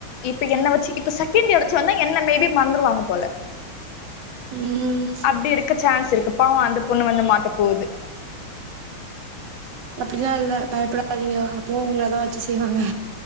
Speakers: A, on the left; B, on the right.
A: இப்ப என்ன வச்சு இப்ப செகண்ட் இயர் வச்சு வந்தா என்ன மேபி மறந்துருவாங்க போல
B: ம்
A: அப்டி இருக்க சான்ஸ் இருக்கு பாவம் அந்த பொண்ணு வந்து மாட்ட போது
B: அப்டிலாம் இல்ல பயப்படாதீங்க அப்போ உங்கள தா வச்சு செய்வாங்க